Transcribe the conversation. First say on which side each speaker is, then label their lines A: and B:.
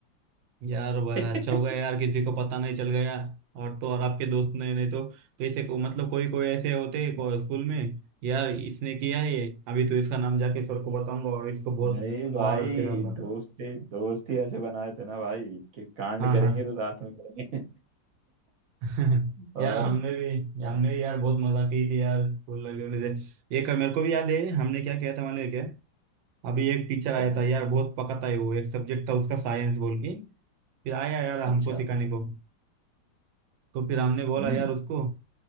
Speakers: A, on the right; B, on the right.
A: यार बड़ा
B: <laughs>
A: अच्छा होगा यार किसी को पता नहीं चल गया और तो और आपके दोस्त ने नहीं तो कैसे को मतलब कोई कोई ऐसे होते हैं को- स्कूल में यार इसने किया है ये अभी तो इसका नाम जाके सर को बताऊंगा और इसको बहुत
B: नहीं भाई
A: मार के रहूंगा
B: दोस्त ही दोस्त ही ऐसे बनाए थे ना भाई कि कांड
A: हाँ
B: करेंगे
A: हाँ
B: तो साथ में करेंगे
A: <laughs>
B: <laughs> और
A: यार हमने भी हमने
B: और
A: भी यार बहुत मजा की थी यार स्कूल लाइफ से एक मेरे को भी याद है हमने क्या किया था मालूम है क्या अभी एक टीचर
B: क्या
A: आया था यार बहुत पकाता है वो एक सब्जेक्ट था उसका साइंस बोल के फिर आया यार हमको
B: अच्छा
A: सिखाने को तो फिर हमने बोला
B: हम्म
A: यार उसको